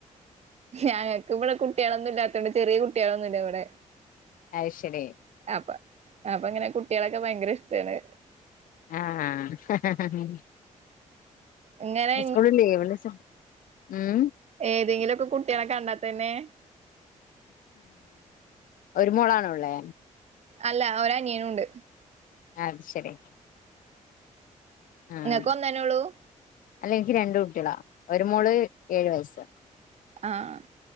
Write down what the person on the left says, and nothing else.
അയ് ശെരി
ആഹ് <unintelligible>
ഇന്ന് സ്കൂൾ ഇല്ലേ <unintelligible> ഉം
ഒരു മോളാണോ ഉള്ളേ
അത് ശരി ആഹ്
അല്ല എനിക്ക് രണ്ട് കുട്ടികളാ ഒരു മോള് ഏഴ് വയസ്